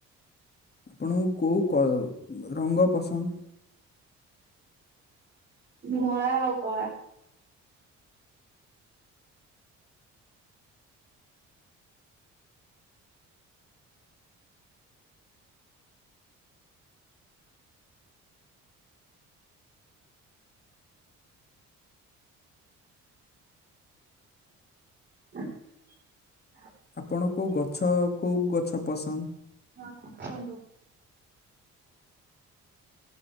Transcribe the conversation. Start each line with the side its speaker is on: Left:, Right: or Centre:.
Left: ଆପଣଙ୍କୁ କୋଉ କ ରଙ୍ଗ ପସନ୍ଦ୍?
Right: ଧଳା ଆଉ କଳା। <unintelligible>
Left: ଆପଣ କୋଉ ଗଛ କୋଉ ଗଛ ପସନ୍ଦ?
Right: ହଁ କୁହନ୍ତୁ।